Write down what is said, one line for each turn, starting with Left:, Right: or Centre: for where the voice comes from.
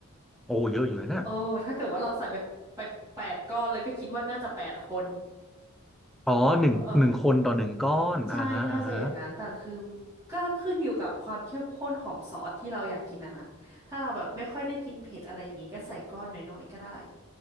Centre: โอ้เยอะอยู่นะ
Right: เออถ้าเกิดว่าเราใส่ไปไปแปดก้อนเลยก็คิดว่าน่าจะแปดคน
Centre: อ๋อหนึ่งหนึ่งคนต่อหนึ่งก้อนอ่าฮะอ่าฮะ
Right: เออใช่น่าจะอย่างนั้นแต่คือก็ขึ้นอยู่กับความเข้มข้นของซอสที่เราอยากกินอะนะถ้าเราแบบไม่ค่อยได้กินเผ็ดอะไรอย่างงี้ก็ใส่ก้อนน้อยๆก็ได้